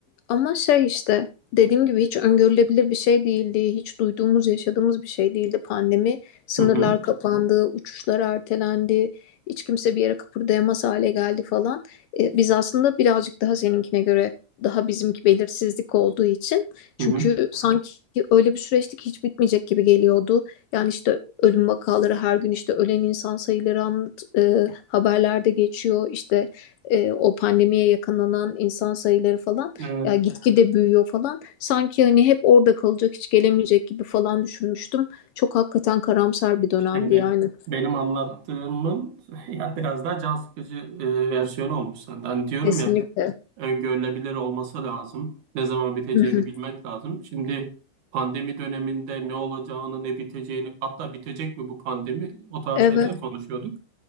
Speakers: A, on the left; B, on the right.
A: ama şey işte dediğim gibi hiç öngörülebilir bir şey değildi. Hiç duyduğumuz, yaşadığımız bir şey değildi. Pandemi, sınırlar
B: Hı hı.
A: kapandı, uçuşlar ertelendi. Hiç kimse bir yere kıpırdayamaz hale geldi falan. Ee, biz aslında birazcık daha seninkine göre daha bizimki belirsizlik olduğu için. Çünkü
B: Hı hı.
A: sanki öyle bir süreçti ki hiç bitmeyecek gibi geliyordu. Yani işte ölüm vakaları her gün işte ölen insan sayıları e, haberlerde geçiyor işte e, o pandemiye yakalanan insan sayıları falan
B: Evet.
A: ya gitgide büyüyor falan sanki hani hep orada kalacak hiç gelemeyecek gibi falan düşünmüştüm çok hakikaten karamsar bir dönemdi
B: Şimdi
A: yani
B: benim anlattığımın <laughs> ya biraz daha can sıkıcı e, versiyonu olmuş senden. Hani diyorum
A: kesinlikle
B: ya öngörülebilir olması lazım. Ne zaman biteceğini
A: Hı hı.
B: bilmek lazım. Şimdi pandemi döneminde ne olacağını, ne biteceğini, hatta bitecek mi bu pandemi o tarz
A: evet
B: şeyler konuşuyorduk.